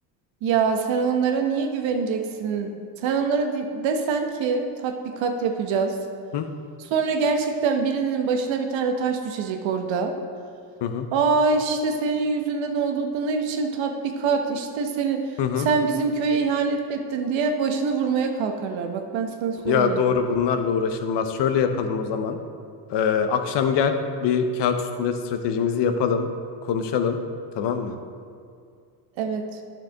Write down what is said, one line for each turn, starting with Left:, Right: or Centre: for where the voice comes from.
Right: Ya sen onlara niye güveneceksin? Sen onlara di- desen ki tatbikat yapacağız.
Left: Hı
Right: Sonra gerçekten birinin başına bir tane taş düşecek orada.
Left: hı hı.
Right: Aa işte senin yüzünden oldu bu ne biçim tatbikat İşte seni
Left: hı hı.
Right: sen bizim köye ihanet mi ettin diye başını vurmaya kalkarlar. Bak ben sana söyleyeyim.
Left: Ya doğru bunlarla uğraşılmaz. Şöyle yapalım o zaman. Ee, akşam gel bir kağıt üstünde stratejimizi yapalım konuşalım tamam mı?
Right: Evet